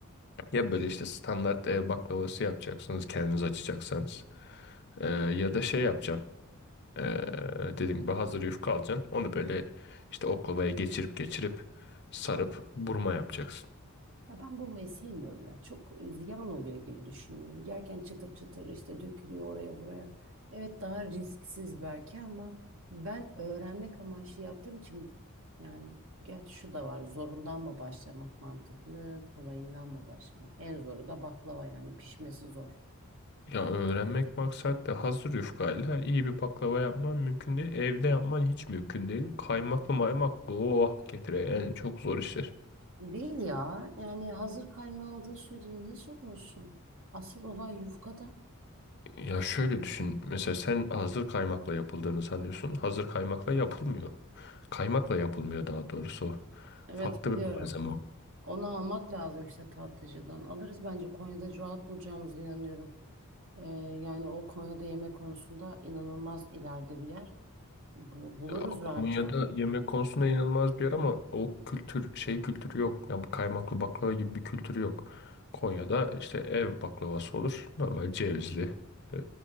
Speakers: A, on the left (about 50°); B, on the right (about 65°).
A: ya böyle işte standart ev baklavası yapacaksınız kendiniz açacaksanız. Ee, ya da şey yapacaksın. Ee, dediğim gibi hazır yufka alacaksın. Onu böyle işte oklavaya geçirip geçirip sarıp burma yapacaksın.
B: Ya ben bulmayı sevmiyorum ya. Çok ziyan oluyor gibi düşünüyorum. Yerken çıtır çıtır işte dökülüyor oraya buraya. Evet daha risksiz belki ama ben öğrenmek amaçlı yaptığım için yani gerçi şu da var. Zorundan mı başlamak mantıklı, kolayından mı başlamak? En zoru da baklava yani pişmesi zor.
A: Ya öğrenmek maksat da hazır yufkayla iyi bir baklava yapman mümkün değil. Evde yapman hiç mümkün değil. Kaymaklı maymaklı oh getire yani çok zor işler.
B: Değil ya. Yani hazır kaymağı aldığın sürece niye soruyorsun? Asıl olay yufkada.
A: Ya şöyle düşün. Mesela sen hazır kaymakla yapıldığını sanıyorsun. Hazır kaymakla yapılmıyor. Kaymakla yapılmıyor daha doğrusu.
B: Evet
A: Farklı
B: biliyorum.
A: bir malzeme o.
B: Onu almak lazım işte tatlıcıdan. Alırız bence Konya'da rahat bulacağımızı inanıyorum. Ee, yani o Konya'da yemek konusunda inanılmaz ileride bir yer. Bu, buluruz
A: Ya
B: rahatça.
A: Konya'da yemek konusunda inanılmaz bir yer ama o kültür şey kültürü yok. Yani bu kaymaklı baklava gibi bir kültürü yok. Konya'da işte ev baklavası olur. Normal cevizli, e,